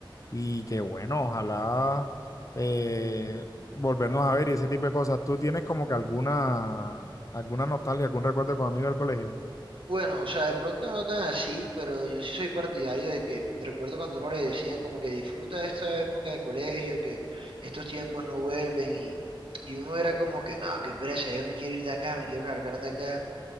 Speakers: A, on the left; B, on the right.
A: y que bueno, ojalá eh, volvernos a ver y ese tipo de cosas. ¿Tú tienes como que alguna, alguna nostalgia, algún recuerdo con amigos del colegio?
B: bueno, o sea, de pronto no tan así, pero yo sí soy partidario de que recuerdo cuando uno le decían como que disfruta esta época de colegio, que estos tiempos no vuelven y, y uno era como que, no, qué pereza, yo me quiero ir de acá, me quiero largar de acá.